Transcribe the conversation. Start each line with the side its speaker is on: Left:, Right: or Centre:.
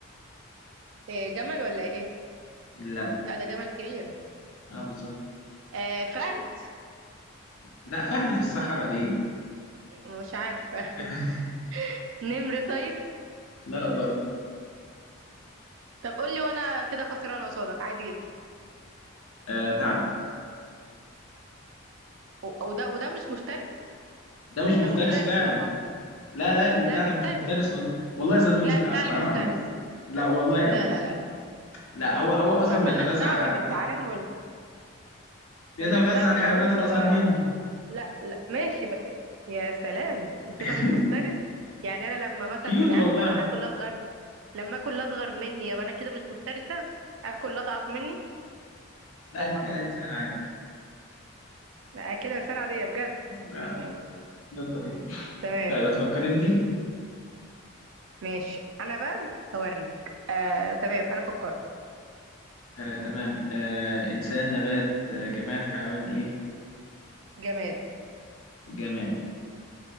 Right: إيه، جمل ولا ايه
Left: لا
Right: لا ده جمل كبير
Left: اه بالظبط
Right: آه فهد
Left: لا فهد في الصحراء ليه
Right: مش عارفه
Left: <laughs>
Right: <laughs> نمر طيب
Left: لا برضه
Right: طب قول لي وانا كده خسرانه قصادك عادي جدا
Left: آه ثعلب
Right: و- وده وده مش مفترس
Left: ده مش مفترس
Right: ده مفترس
Left: فعلا
Right: طبعا
Left: لا لا الثعلب
Right: لا مفترس
Left: مش مفترس والله والله ظالمين
Right: لا
Left: الثعلب
Right: الثعلب
Left: حرام
Right: مفترس
Left: عليك لا والله
Right: لا
Left: ابدا
Right: لا لا لا
Left: لا هو هو اصلا
Right: ما- ملناش
Left: بيتغذى
Right: دعوه
Left: على, الح... على
Right: بالتعامل
Left: بيتغذى
Right: ملناش دعوة
Left: على الحيوانات
Right: هو
Left: الاصغر
Right: هو-
Left: منه
Right: لا لا ماشي بقى يا سلام وكده
Left: <laughs>
Right: مش مفترس يعني انا لما مثلا
Left: كيوت
Right: بني
Left: والله
Right: ادم اروح اكل اصغر لما اكل اصغر مني يبقى انا كده مش مفترسة اكل اضعف مني
Left: لا
Right: لا
Left: انت
Right: طبعا
Left: كده انسان عادي
Right: لا كده انسانة عادية بجد
Left: لا
Right: يعني
Left: ده الطبيعي
Right: تمام
Left: طيب تفكر انت
Right: ماشي انا بقى هوريك آه تمام انا فكرت
Left: آه تمام آه إنسان نبات آه جماد حيوان إيه؟
Right: جماد
Left: جماد